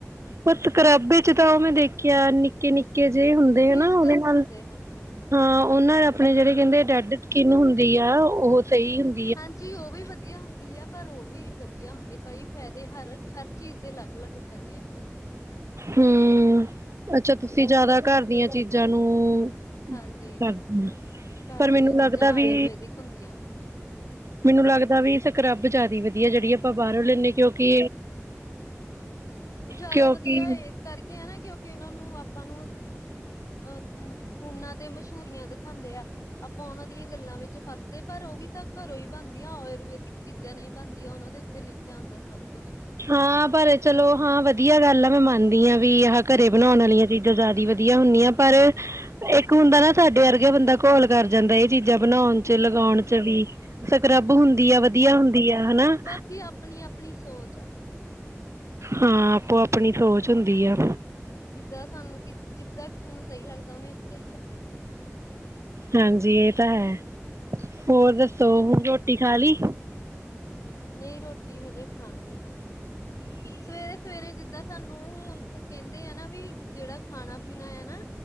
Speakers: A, on the right; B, on the left.
A: ਪਰ ਕਰਾਬੇ ਚ ਤਾਂ ਉਹ ਮੈਂ ਦੇਖਿਆ ਨਿੱਕੇ ਨਿੱਕੇ ਜੇ ਹੁੰਦੇ
B: ਕ੍ਰਿਸਟਲਸ
A: ਨਾ ਉਹਦੇ ਨਾਲ।
B: ਹੁੰਦੇ ਹਾਂਜੀ
A: ਹਾਂ ਉਹਨਾਂ ਆਪਣੇ ਜਿਹੜੇ ਕਹਿੰਦੇ ਡੈਡ ਸਕਿਨ ਹੁੰਦੀ ਆ ਉਹ ਸਹੀ ਹੁੰ
B: ਹਾਂਜੀ ਉਹ ਵੀ ਵੱਧ ਵੱਧੀਆ ਹੁੰਦੀ ਆ ਪਰ ਉਹ ਵੀ ਵੱਧੀਆ ਹੁੰਦੇ ਕਈ ਫਾਇਦੇ ਹਰ-ਹਰ ਚੀਜ਼ ਦੇ ਅਲੱਗ-ਅਲੱਗ ਫਾਇਦੇ ਹੁੰਦੇ।
A: ਹੂੰ ਅੱਛਾ ਤੁਸੀਂ ਜ਼ਿਆਦਾ ਘਰ ਦੀਆਂ ਚੀਜ਼ਾਂ ਨੂੰ <unintelligible>
B: ਹਾਂਜੀ ਘਰ
A: ਪਰ ਮੈਨੂੰ
B: ਦੀਆਂ ਚੀਜ਼ਾਂ
A: ਲੱਗਦਾ
B: ਆਯੁਰਵੈਦਿਕ
A: ਵੀ।
B: ਹੁੰਦੀਆਂ।
A: ਮੈਨੂੰ ਲੱਗਦਾ ਵੀ ਸਕ੍ਰੱਬ ਜ਼ਿਆਦਾ ਵੱਧੀਆ ਜਿਹੜੀ ਆਪਾਂ ਬਾਹਰੋਂ ਲੈਂਣੇ ਕਿਉਂਕਿ
B: ਉਹ ਜ਼ਿਆਦਾ
A: ਕਿਉਂਕਿ
B: ਵੱਧੀਆ ਇਸ ਕਰਕੇ ਹੈ ਨਾ ਕਿਉਂਕਿ ਉਹਨਾਂ ਨੂੰ ਆਪਾਂ ਨੂੰ ਅਹ ਹੁੰ ਉਣਾ ਤੇ ਮਸ਼ਹੂਰੀਆਂ ਦਿਖਾਉਂਦੇ ਆ। ਆਪਾਂ ਉਹਨਾਂ ਦੀਆਂ ਗੱਲਾਂ ਵਿੱਚ ਫਸਦੇ ਪਰ ਉਹ ਵੀ ਤਾਂ ਘਰੋਂ ਹੀ ਬਣਦੀਆਂ ਆਯੁਰਵੇਦਿਕ ਚੀਜ਼ਾਂ ਨਹੀਂ ਬਣਦੀਆਂ ਉਹਨਾਂ ਦੇ ਉੱਤੇ ਲਿਖਿਆ ਹੁੰਦਾ ਸਭ ਕੁਛ।
A: ਹਾਂ ਪਰ ਚਲੋ ਹਾਂ ਵੱਧੀਆ ਗੱਲ ਆ ਮੈਂ ਮੰਨਦੀ ਅ ਵੀ ਘਰੇ ਬਣਾਉਣ
B: ਹਾਂਜੀ
A: ਵਾਲੀਆਂ ਚੀਜ਼ਾਂ ਜ਼ਿਆਦਾ ਵਧੀਆ ਹੁੰਦੀਆਂ ਪਰ
B: ਹਾਂਜੀ
A: ਇੱਕ ਹੁੰਦਾ ਨਾ ਸਾਡੇ ਵਰਗੇ ਬੰਦਾ ਘੋਲ ਕਰ ਜਾਂਦਾ ਇਹ ਚੀਜ਼ਾਂ ਬਣਾਉਣ ਲਗਾਉਣ
B: ਹਾਂਜੀ
A: ਚ ਵੀ ਸਕ੍ਰੱਬ ਹੁੰਦੀ ਆ ਵੱਧੀਆ
B: ਇਹ ਤਾਂ ਹੈ
A: ਹੁੰਦੀ ਆ ਹਨਾ। <inaudible>
B: ਬਾਕੀ ਆਪਣੀ ਆਪਣੀ ਸੋਚ ਆ
A: ਹਾਂ ਆਪੋ ਆਪਣੀ ਸੋਚ ਹੁੰਦੀ ਅ।
B: ਜਿੱਦਾਂ ਸਾਨੂੰ ਕਿ ਜਿੱਦਾਂ ਕਿਸੇ ਨੂੰ ਸਹੀ ਲੱਗਦਾ ਉਹਨੇ ਉਦਾਂ ਹੀ ਕਰਨਾ।
A: ਹਾਂਜੀ ਇਹ ਤਾਂ ਹੈ, ਹੋਰ ਦੱਸੋ
B: ਹਾਂਜੀ
A: ਰੋਟੀ ਖਾ ਲਈ।
B: ਨਹੀਂ ਰੋਟੀ ਹਜੇ ਖਾਣੀ, ਸਵੇਰੇ-ਸਵੇਰੇ ਜਿੱਦਾਂ ਸਾਨੂੰ ਕਹਿੰਦੇ ਆ ਨਾ ਵੀ ਜਿਹੜਾ ਖਾਣਾ ਪੀਣਾ ਅ ਨਾ